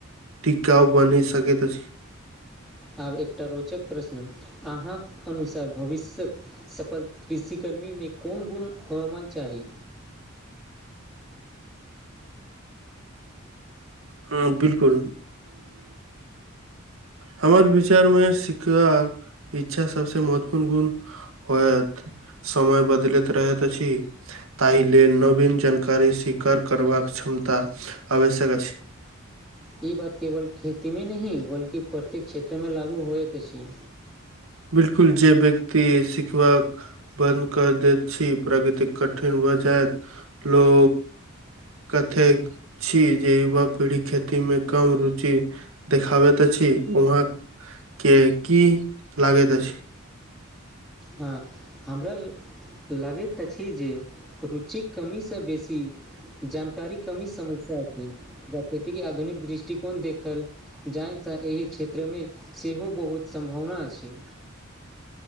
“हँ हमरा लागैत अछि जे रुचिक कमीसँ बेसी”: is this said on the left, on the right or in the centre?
Centre